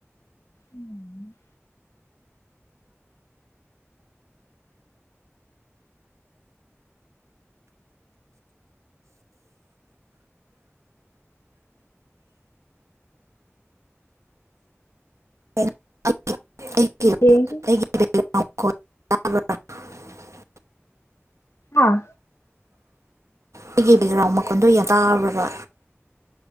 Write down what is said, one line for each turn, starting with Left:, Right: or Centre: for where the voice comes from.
Left: ꯎꯝ
Right: <unintelligible>
Left: ꯍꯌꯦꯡꯁꯨ
Right: ꯣꯏ
Left: ꯑꯥ
Right: ꯑꯩꯒꯤ ꯕꯦꯛꯒ꯭ꯔꯥꯎꯟ ꯃꯈꯣꯟꯗꯣ ꯌꯥꯝ ꯇꯥꯕ꯭ꯔꯕ